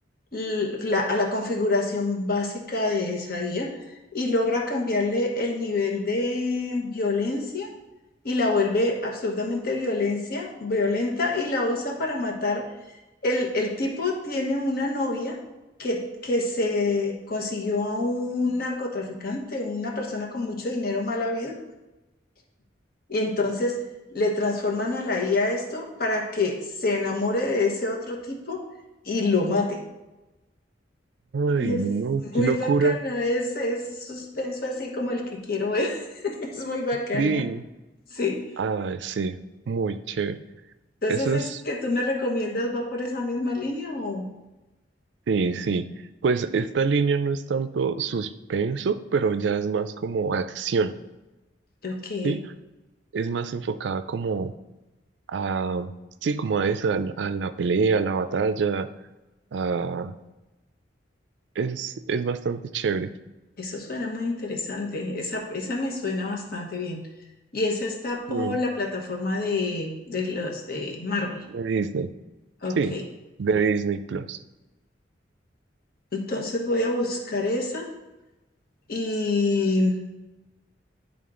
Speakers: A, on the left; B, on the right.
A: l- la, a la configuración básica de esa IA y logra cambiarle el nivel de violencia. Y la vuelve absurdamente violencia, violenta y la usa para matar el, el tipo tiene una novia que, que se consiguió a un narcotraficante, una persona con mucho dinero mal habido, y entonces le transforman a la I a esto para que se enamore de ese otro tipo y lo mate. Ay,
B: Ay,
A: es
B: no, qué
A: muy
B: locura.
A: bacana, es, es suspenso así como el que quiero ver, <laughs> es muy bacana,
B: Sí,
A: sí.
B: Ay, sí, muy chévere.
A: Entonces,
B: Eso
A: ¿es
B: es,
A: que tú me recomiendas va por esa misma línea o?
B: sí, sí. Pues esta línea no es tanto suspenso, pero ya es más como acción,
A: Ok.
B: ¿sí? Es más enfocada como a, sí, como a eso, a la, a la pelea, a la batalla, a... Es, es bastante chévere.
A: Eso suena muy interesante. Esa, esa me suena bastante bien. Y esa está por
B: Mm,
A: la plataforma de, de los de Marvel.
B: De Disney,
A: Ok.
B: sí, de Disney Plus.
A: Entonces voy a buscar esa y,